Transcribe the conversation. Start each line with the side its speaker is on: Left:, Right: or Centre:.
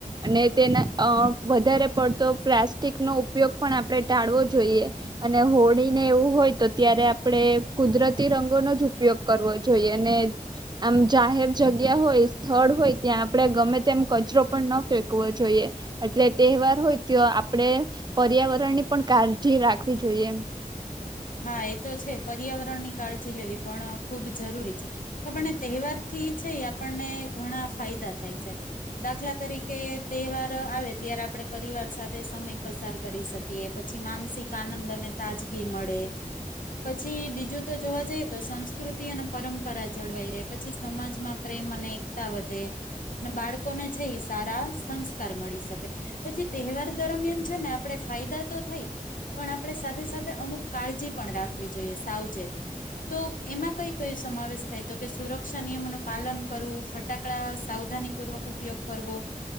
Right: અને તેના અ વધારે પડતો પ્લાસ્ટિકનો ઉપયોગ પણ આપણે ટાળવો જોઈએ. અને હોળીને એવું હોય તો ત્યારે આપણડે કુદરતી રંગોનો જ ઉપયોગ કરવો જોઈએ. અને આમ જાહેર જગ્યા હોય સ્થળ હોય ત્યાં આપડે ગમે તેમ કચરો પણ ન ફેંકવો જોઈએ. એટલે તહેવાર હોય ત્યો આપડે પર્યાવરણની પણ કાળજી રાખવી જોઈએ.
Left: હા, એ તો છે પર્યાવરણની કાળજી લેવી પણ ખૂબ જરૂરી છે. તો આપનને તહેવારથી છે ઈ આપણને ઘણા ફાયદા થાય છે. દાખલા તરીકે તહેવાર આવે ત્યારે આપડે પરિવાર સાથે સમય પસાર કરી શકીએ. પછી માનસિક આનંદ અને તાજગી મળે. પછી બીજું તો જોવા જઈએ તો સંસ્કૃતિ અને પરંપરા જળવાઈ રહેે. પછી સમાજમાં પ્રેમ અને એકતા વધે. ને બાળકોને છે ઈ એ સારા સંસ્કાર મળી શકે. પછી તહેવાર દરમિયાન છે ને આપડે ફાયદા તો થાય પણ આપડે સાથે સાથે અમુક કાળજી પણ રાખવી જોઈએ સાવચેતી, તો એમાં કઈ કઈ સમાવેશ થાય તો કે સુરક્ષા નિયમોનું પાલન કરવું, ફટાકડા સાવધાની પૂર્વક ઉપયોગ કરવો,